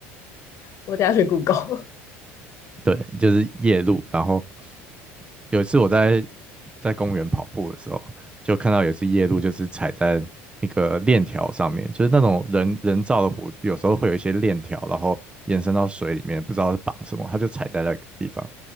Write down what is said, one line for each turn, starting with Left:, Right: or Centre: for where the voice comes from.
Left: 我等一下去 Google。
Right: 对，就是夜鹭，然后。有一次我在在公园跑步的时候，就看到有一次夜路，就是踩在一个链条上面，就是那种人人造的湖，有时候会有一些链条，然后延伸到水里面，不知道是绑什么，他就踩在那个地方，